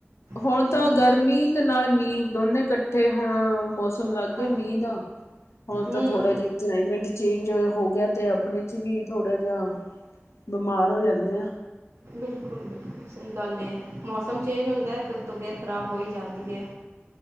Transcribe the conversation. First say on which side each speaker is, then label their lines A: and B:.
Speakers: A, on the left; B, on the right.
A: ਹੁਣ
B: ਹਾਂ
A: ਤਾਂ ਗਰਮੀ ਤੇ ਨਾਲ ਮੀਂਹ ਦੋਨੇ ਇਕੱਠੇ ਹੁਣ ਮੌਸਮ ਮੌਸਮ ਲੱਗ
B: ਹਾਂਜੀ
A: ਗਿਆ ਮੀਂਹ ਦਾ ਹੁਣ
B: ਹਮ
A: ਤਾਂ ਥੋੜਾ ਜਿ ਕਲਾਈਮੇਟ ਚੇਂਜ ਹੋ ਗਿਆ ਤੇ ਆਪਣੇ ਚ ਵੀ ਥੋੜਾ ਜਿਹਾ ਬਿਮਾਰ ਹੋ ਜਾਂਦੇ ਆ।
B: ਬਿਲਕੁਲ- ਬਿਲਕੁਲ ਸਹੀ ਗੱਲ ਹੈ। ਮੌਸਮ ਚੇਂਜ ਹੁੰਦਾ ਤਬੀਅਤ ਖ਼ਰਾਬ ਹੋ ਹੀ ਜਾਂਦੀ ਏ।